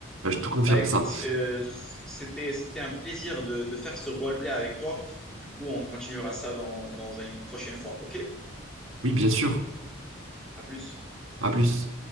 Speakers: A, on the right (about 85°); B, in the centre.
A: Euh, Je te confirme
B: Bah écoute,
A: ça.
B: euh, c'était, c'était un plaisir de, de faire ce roleplay avec toi. Du coup, on continuera ça dans, dans une prochaine fois. OK?
A: Oui, bien sûr.
B: À plus.
A: À plus.